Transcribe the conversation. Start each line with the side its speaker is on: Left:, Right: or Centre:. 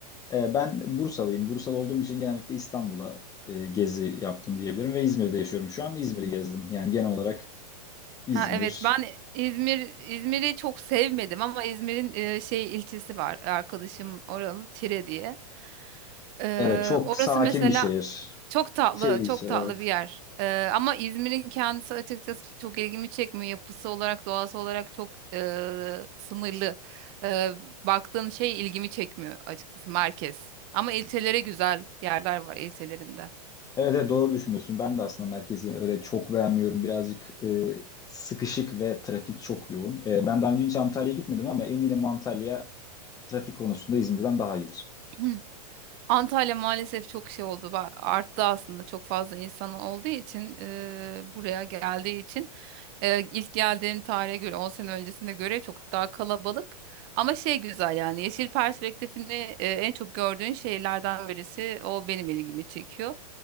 Left: E, ben Bursalıyım. Bursalı olduğum için genellikle İstanbul'a e, gezi yaptım diyebilirim ve İzmir'de yaşıyorum şu an. İzmir'i gezdim yani genel olarak İzmir,
Right: Ha evet ben İzmir İzmir'i çok sevmedim ama İzmir'in e, şey ilçesi var arkadaşım oralı Tire diye. Ee,
Left: Evet çok
Right: orası
Left: sakin
Right: mesela
Left: bir şehir.
Right: çok tatlı
Left: Şey ilçe
Right: çok tatlı
Left: evet.
Right: bir yer. Ee, ama İzmir'in kendisi açıkçası çok ilgimi çekmiyor. Yapısı olarak doğası olarak çok e, sınırlı. Ee, baktığın şey ilgimi çekmiyor açıkçası merkez. Ama ilçelere güzel yerler var ilçelerinde.
Left: Evet, evet doğru düşünüyorsun. Ben de aslında merkezi öyle çok beğenmiyorum. Birazcık e, sıkışık ve trafik çok yoğun. E, ben daha önce hiç Antalya'ya gitmedim ama eminim Antalya trafik konusunda İzmir'den daha iyidir.
Right: <clears throat> Antalya maalesef çok şey oldu. ba- Arttı aslında çok fazla insan olduğu için eee, buraya geldiği için eee, ilk geldiğim tarihe göre 10 sene öncesine göre çok daha kalabalık. Ama şey güzel yani yeşil perspektifini eee, en çok gördüğün şehirlerden birisi o benim ilgimi çekiyor.